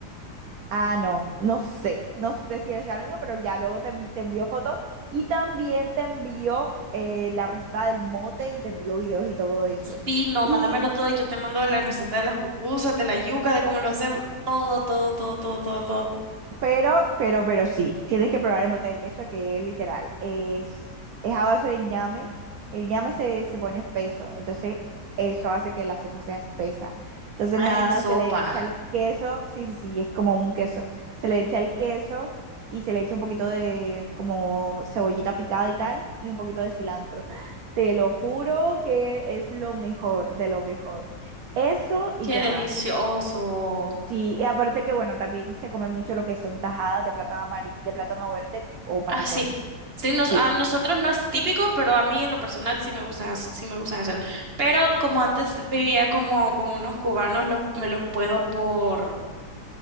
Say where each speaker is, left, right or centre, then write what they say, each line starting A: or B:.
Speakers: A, on the right (about 65°); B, on the right (about 35°).
A: Ah, no, no sé, no sé si sea lo mismo, pero ya luego te, te envió fotos y también te envió eh, la receta del mote y te envió videos y todo eso.
B: Sí, no,
A: Y
B: mándamelo todo y yo te mando la receta de las pupusas, de la yuca, de cómo lo hacemos. Todo, todo, todo, todo, todo, todo.
A: Pero, pero, pero sí, tienes que probar el mote de queso que es literal. Es, es a base de ñame. El ñame se, se pone espeso, entonces eso hace que la sopa sea espesa. Entonces
B: Ah,
A: nada,
B: es en sopa.
A: se le echa el queso, sí, sí, sí, es como un queso. Se le echa el queso y se le echa un poquito de como cebollita picada y tal, y un poquito de cilantro. Te lo juro que es lo mejor, de lo mejor. Eso y
B: Qué
A: qué
B: delicioso.
A: más. Sí, y aparte que bueno, también se come mucho lo que son tajadas de plátano amarillo, de plátano verde o patacones.
B: Ah, sí. Sí, nos,
A: Sí,
B: a nosotros no es típico, pero a mí en lo personal sí me gustan, hac- sí me gustan hacerlo. Pero como antes vivía como con unos cubanos, los, me los puedo por,